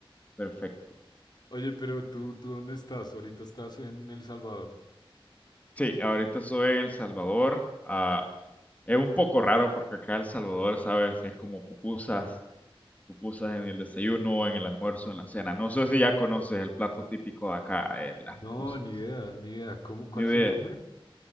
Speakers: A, on the left; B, on the left.
A: perfecto.
B: Oye, pero tú, ¿tú dónde estás? Ahorita estás en El Salvador.
A: Sí, ahorita estoy en El Salvador. ah, es un poco raro porque acá El Salvador, ¿sabes? Es como pupusas, pupusas en el desayuno, en el almuerzo, en la cena. No sé si ya conoces el plato típico de acá, eh, las pupusas.
B: No, ni idea, ni idea. ¿Cómo, cuál
A: Ni idea.
B: es su nombre?